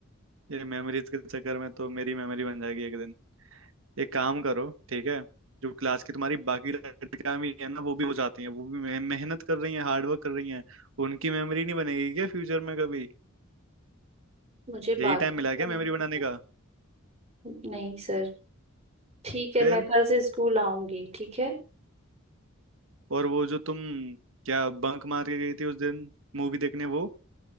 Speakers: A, on the right; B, on the right.
A: ये मेमोरीज के चक्कर में तो मेरी मेमोरी बन जाएगी एक दिन एक काम करो ठीक है जो क्लास की तुम्हारी बाकी लड़कियां भी है ना वो भी हो जाती हैं वो भी मे- मेहनत कर रही हैं हार्डवर्क कर रही हैं उनकी मेमोरी नहीं बनेगी क्या फ्यूचर में कभी
B: मुझे
A: यही
B: बाकी
A: टाइम मिला
B: का
A: क्या
B: नहीं
A: मेमोरी बनाने
B: पता
A: का
B: नहीं सर ठीक है
A: फिर
B: मैं कल से स्कूल आऊंगी ठीक है
A: और वो जो तुम क्या बंक मार के गई थी उस दिन मूवी देखने वो